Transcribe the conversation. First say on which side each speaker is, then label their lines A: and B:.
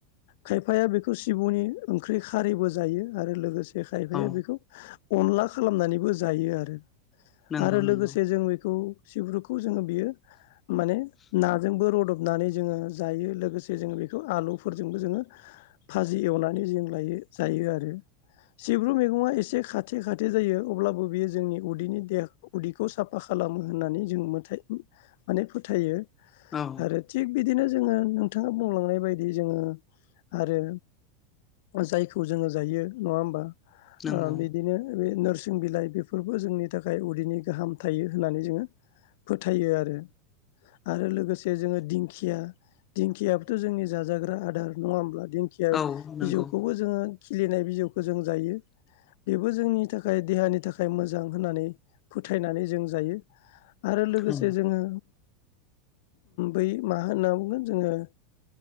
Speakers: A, on the left (about 55°); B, on the left (about 25°).
A: खायफाया बेखौ सिबुनि ओंख्रि खारैबो जायो आरो लोगोसे खायफाया
B: औ
A: बेखौ अनला खालामनानैबो जायो आरो
B: नंगौ
A: आरो
B: नंगौ
A: लोगोसे जों बेखौ सिब्रुखौ जोङो बियो माने नाजोंबो रदबनानै जोङो जायो लोगोसे जे जोङो बेखौ आलुफोरजोंबो जोङो भाजि एवनानै जों लायो जायो आरो सिब्रु मैगंङा एसे खा थि खाथो जायो अब्लाबो बेयो जोंनि उदैनि देहा उदैखौ साफा खालामो होननानै जों मोथाय माने फोथायो
B: औ
A: आरो थिग बिदिनो जोङो नोंथाङा बुंलांनाय बायदि जोङो आरो जायखौ जोङो जायो नङा होमबा
B: नंगौ
A: ओ बि बिदिनो बे नोरसिं बिलाइ बेफोरबो जोंनि थाखाय उदैनि गाहाम थायो होननानै जोङो फोथायो आरो आरो लोगोसे जोङो दिंखिया दिंखियाबथ' जोंनि जाजाग्रा आदार नङा होमब्ला। दिं खिआ
B: औ नंगौ
A: बिजौखौबो जोङो खिलिनाय बिजौखौ जों जायो। बेबो जोंनि थाखाय देहानि थाखाय मोजां होननानै फोथायनानै जों जायो। आरो लोगोसे
B: नंगौ
A: जोङो बै मा होनना बुंगोन जोङो